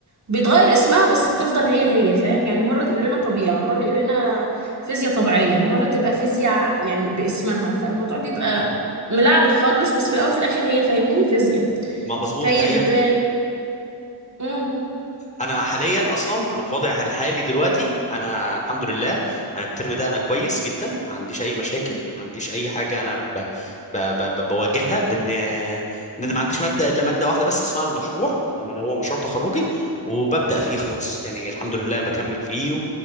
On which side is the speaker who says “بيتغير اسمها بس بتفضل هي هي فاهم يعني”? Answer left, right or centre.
Right